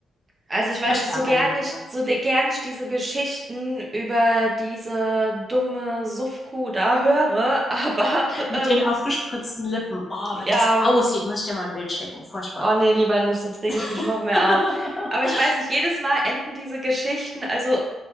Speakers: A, on the right; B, on the left.
A: Also ich
B: Furchtbar
A: weiß nicht, so
B: bei
A: gern
B: denen
A: nicht,
B: wieder.
A: so de- gern ich diese Geschichten über diese dumme Suffkuh da höre, aber <laughs>
B: Mit
A: ähm,
B: ihren aufgespritzten Lippen. Oh, wenn
A: ja,
B: das aussieht, muss ich dir mal ein Bild schicken. Furchtbar.
A: Oh nee, lieber nicht, sonst reg
B: <laughs>
A: ich mich noch mehr auf. Aber ich weiß nicht, jedes Mal enden diese Geschichten, also